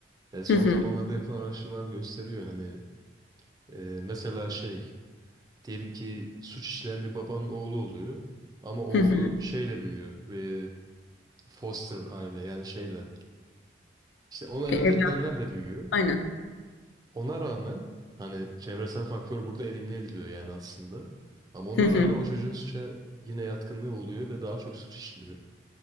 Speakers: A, on the right (about 20°); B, on the left (about 80°).
A: e, son
B: Hı hı.
A: zamanlarda yapılan araştırmalar gösteriyor hani e, mesela şey diyelim ki suç işleyen bir babanın oğlu oluyor ama oğlu
B: Hı hı.
A: şeyle büyüyor ve foster aile yani şeyle işte ona evlat
B: E, evlat-
A: edinenlerle büyüyor.
B: aynen.
A: Ona rağmen hani çevresel faktör burada elimine ediliyor yani aslında. Ama ona
B: Hı hı.
A: rağmen o çocuğun suça yine yatkınlığı oluyor ve daha çok suç işliyor.